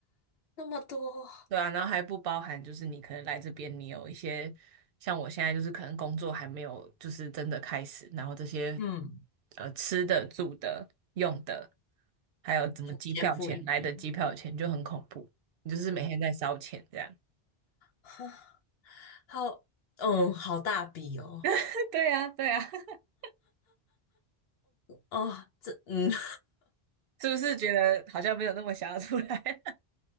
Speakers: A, on the left; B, on the right.
A: 那么多，
B: 对啊，然后还不包含就是你可能来这边，你有一些像我现在就是可能工作还没有就是真的开始，然后这些
A: 嗯，
B: 呃吃的、住的、用的，还有怎么机票钱来的机票钱就很恐怖，
A: 就先付一笔。
B: 你就是每天在烧钱这样，
A: 哈，好，嗯，好大笔哦，
B: <laughs> 对啊，对啊，<laughs>
A: 哦，这，嗯 <laughs>
B: 是不是觉得好像没有那么想要出来？<laughs>